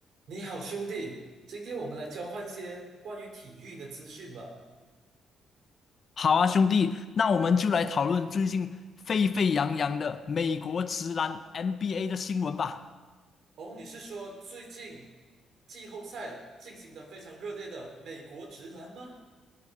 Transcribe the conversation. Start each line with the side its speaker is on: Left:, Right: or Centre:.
Right: 你好，兄弟，今天我们来交换一些关于体育的资讯吧。
Left: 好啊，兄弟，那我们就来讨论最近沸沸扬扬的美国职篮 NBA 的新闻吧。
Right: 哦，你是说最近季后赛进行的非常热烈的美国直男吗？